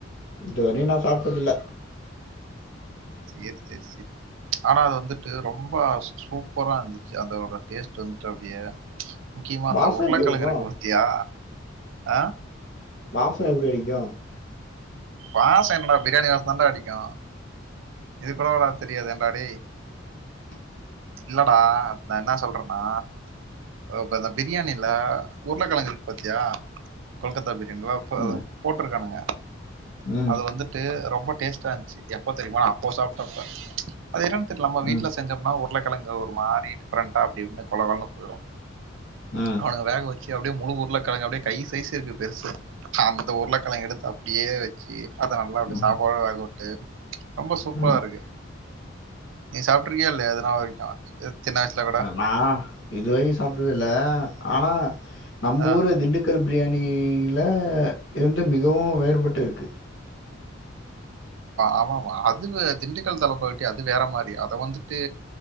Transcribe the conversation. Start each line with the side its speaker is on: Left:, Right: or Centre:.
Left: இதுவரையு நா சாப்டதில்ல
Right: சேர் சேர் செரி ஆனா அது வந்துட்டு ரொம்ப சூப்பரா இருந்துச்சு அதோட டேஸ்ட் இருந்திட்டு அப்டியே முக்கியமா அந்த
Left: வாசம்
Right: உருளக்கெழங்கு
Left: எப்படி இருக்கும்?
Right: இருக்கு பத்தியா அ
Left: வாசோ எப்டி அடிக்கு
Right: வாசோ என்னடா பிரியாணி வாசதாண்டா அடிக்கு இது கூடவாடா தெரியாது ஏன்டா டேய்
Left: ம்
Right: இல்லடா நா என்னா சொல்றனா அப்ப அந்த பிரியாணில உருளகிழங்கு இருக்கு பாத்தியா கொல்கத்தா பிரியாணில இப்ப அது
Left: ம்,
Right: போட்ருக்கானுங்க
Left: ம்,
Right: அது வந்து ட்டு ரொம்ப டேஸ்டா இருந்துச்சு எப்ப தெரியுமா அப்போ சாப்ட அப்ப அது என்னனு தெரியல நம்ம வீட்ல
Left: ம்,
Right: செஞ்சோம்னா ஒ அங்க ஒரு மாரி டிஃப்ரெண்டா அப்டிருந்தா கொலகொலனு போயிரு
Left: ம்
Right: அவனுக வேக வச்சு அப்டியே முழு உருளக்கெழங்கு அப்டியே கை சைஸ்ஸு இருக்கு பெருசா அந்த உருளக்கெழங்கு எடுத்து அப்டியே வச்சு அத நல்லா அப்டி
Left: ம்,
Right: சாப்பாடோட வேகவுட்டு ரொம்ப சூப்பரா
Left: ம்.
Right: இருக்கு நீ சாப்பிட்ருக்கியா இல்லய அத நா விட்டா சின்ன வயசுல கூட
Left: நா இதுவரைக்கு சாப்ட்டது இல்ல ஆனா நம்
Right: ஆ
Left: ஊரு திண்டுக் க்கல் பிரியாணியில இருந்து மிகவு வேறுபட்டு இருக்கு
Right: ஆமா மா அது திண்டுக்கல் தலப்பாக்கட்டி அது வேற மாரி அது வந்துட்டு